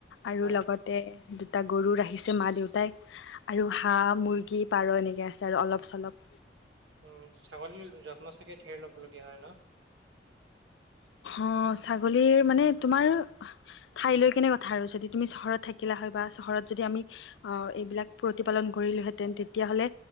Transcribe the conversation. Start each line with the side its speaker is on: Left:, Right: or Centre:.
Left: আৰু
Right: হয়
Left: লগতে দুটা গৰু ৰাখিছে মা, দেউতাই আৰু হাঁহ, মুৰ্গী, পাৰ এনেকৈ আছে, আৰু অলপ চলপ।
Right: উ, ছাগলীৰ যত্ন চাগে, ঢেৰ ল'বলগীয়া হয়, ন?
Left: অ, ছাগলীৰ মানে তোমাৰ ঠাইলৈ কেনে কথা আৰু যদি তুমি চহৰত থাকিলা হয় বা চহৰত যদি আমি অ, এইবিলাক প্ৰতিপালন কৰিলোঁ হেতেন, তেতিয়া হলে